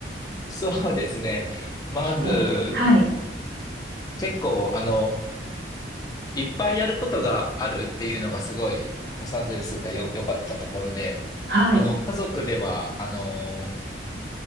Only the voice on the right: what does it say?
飛行以外で。はい。
はい。